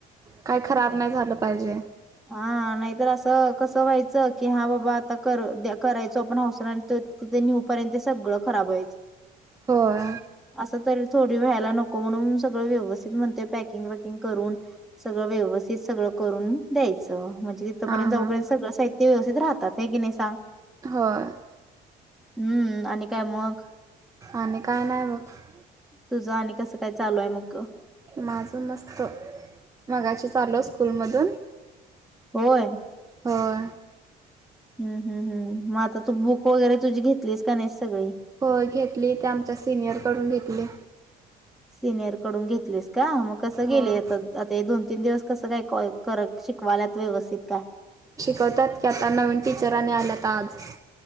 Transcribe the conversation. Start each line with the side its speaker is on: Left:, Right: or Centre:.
Right: काही खराब नाही झालं पाहिजे.
Centre: हा नाहीतर असं कसं व्हायचं, की हा बाबा आता कर द्या करायचं पन हाऊस राहिल. आणि त तिथं न्यू पर्यंत ते सगळं खराब व्हायचं.
Right: होय.
Centre: असं तरी थोडी व्हायला नको, म्हणून सगळं व्यवस्थित म्हणते पॅकिंग वॅकिंग करून. सगळं व्यवस्थित सगळं. करून द्यायचं. म्हणजे तिथपर्यंत
Right: हा
Centre: जाऊपर्यंत
Right: हा
Centre: सगळं साहित्य व्यवस्थित राहतात. हे की नाही सांग?
Right: होय
Centre: <inaudible> हम्म आणि काय मग? <inaudible>
Right: आणि काय नाही बघ
Centre: तुझं आणि कसं काय चालू आहे मग?
Right: माझं मस्त. मगाचीच आलो स्कूल मध <inaudible>
Centre: होय
Right: होय.
Centre: हम् हम् हम्. मग आता तू बुक वगैरे तुझी घेतलीस का नाही सगळी?
Right: होय घेतली, ते आमच्या सिनियर कडून घेतली.
Centre: सिनियर कडून घेतलेस का? मग कसं
Right: हो
Centre: गेलेत? आता हे दोन तीन दिवस कसं काय, कर शिकवालात व्यवस्थित काय?
Right: शिकवतात की. आता नवीन टीचरांने आल्यात आज.